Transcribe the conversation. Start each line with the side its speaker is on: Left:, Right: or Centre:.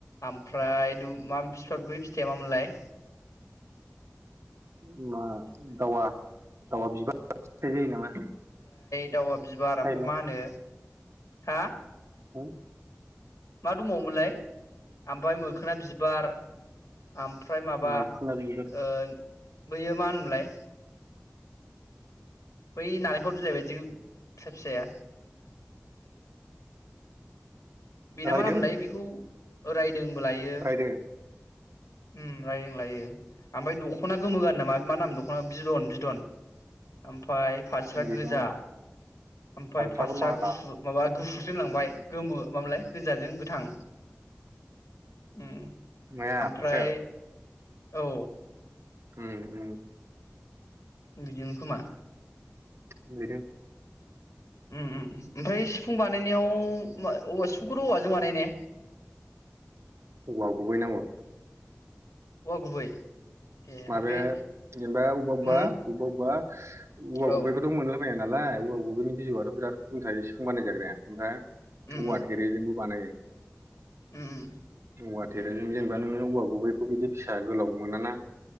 Left: ओमफ्राय दुम मा फिफा बै फिथाइया मामोनलाय?
Right: बि मा दावा दावि बिबारा फिथाय जायो नामा?
Left: दावआ बिबार
Right: साइनाव
Left: ओमफ्राय मा होनो हा
Right: उम
Left: मा दंबावोमोनलाय आमफाय मोखोना बिबार आमफ्राय माबा
Right: मोखोना बिबार
Left: ओ बैयो मा होनोमोनलाय बै नालेखर बिलायबायदि फिसा फिसाया बिना
Right: रायदों
Left: मा नाम मोनलाय बिखौ ओ रायथ दोंबो लायो
Right: रायदों
Left: उम रायदों लायो। आमफाय दखना गोमो गानना मा नामा दखना बिदन बिदन आम ओमफाय फास्रा
Right: बिदन
Left: गोजा ओमफ्राय
Right: हासार
Left: फास्रा
Right: मारा
Left: गुफुर माबा गुफ <inaudible> लांबाय गोमो मा मोनलाय फिज गोजाजों गोथां। उम
Right: माया
Left: आमफ्राय
Right: फारसे
Left: औ
Right: उम उम
Left: बिदिनो खोमा
Right: <unintelligible>
Left: उम उम ओमफ्राय सिफुं बानायनायाव <unintelligible> सिफुंखौथ औवाजों बानायो ने?
Right: औबा गुबै नांगौ।
Left: औवा गुबै ए
Right: माबाया
Left: ओमफ्राय
Right: जेनेबा अबबा अबबा
Left: उम
Right: अबबा अबबा औवा
Left: औ
Right: गुबैखौथ' मोनला बाया। नालाय <unintelligible> बिनि बिजौआथ बिराद <unintelligible> फुं बानाय जाग्राया ओमफ्राय
Left: उम
Right: औवा थेरेजोंबो बानायो
Left: उम उम
Right: औवा थेरेजों जेनेबा नोङो औवा गुबैखौ बिदि फिसा गोलाव मोनाना।